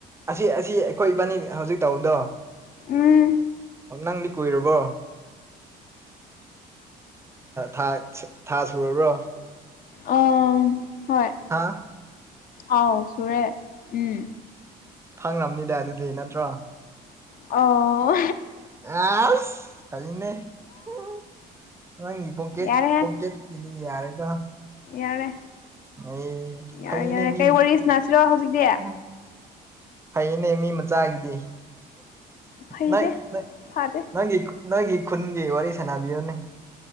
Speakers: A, on the right (about 15°); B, on the left (about 55°).
A: ꯑꯁꯤ ꯑꯁꯤ ꯑꯩꯈꯣꯏ ꯏꯕꯥꯅꯤ ꯍꯧꯖꯤꯛ ꯇꯧꯕꯗꯣ
B: ꯎꯝ
A: ꯑꯣ ꯅꯪꯗꯤ ꯀꯨꯏꯔꯕꯣ ꯍ ꯊꯥ ꯁꯨꯔꯕ꯭ꯔꯣ
B: ꯑ ꯍꯣꯏ
A: ꯍꯥ
B: ꯑꯥꯎ ꯁꯨꯔꯦ ꯎꯝ
A: ꯐꯪꯈ꯭ꯔꯕꯅꯤꯗ ꯑꯗꯨꯗꯤ ꯅꯠꯇ꯭ꯔꯣ
B: ꯑꯣ
A: ꯑꯦ ꯀꯩꯅꯉꯤ ꯄꯣꯀꯦꯠ
B: ꯌꯥꯔꯦꯍꯦ
A: ꯄꯣꯀꯦꯠ ꯏꯗꯤ ꯌꯥꯔꯦꯀꯣ
B: ꯌꯥꯔꯦ
A: ꯑꯩ
B: ꯌꯥꯔꯦ
A: ꯐꯩꯅꯦ
B: ꯌꯥꯔꯦ
A: ꯃꯤ
B: ꯀꯩ ꯋꯥꯔꯤ ꯁꯅꯁꯤꯔꯣ ꯍꯧꯖꯤꯛꯇꯤ
A: ꯎꯝ, ꯐꯩꯅꯦ ꯃꯤ ꯃꯆꯥꯒꯤꯗꯤ
B: ꯐꯩꯗꯦ
A: ꯅꯣꯏ
B: ꯐꯥꯗꯦ
A: ꯅꯪꯒꯤ ꯅꯣꯏꯒꯤ ꯈꯨꯟꯒꯤ ꯋꯥꯔꯤ ꯁꯥꯟꯅꯕꯤꯔꯅꯦ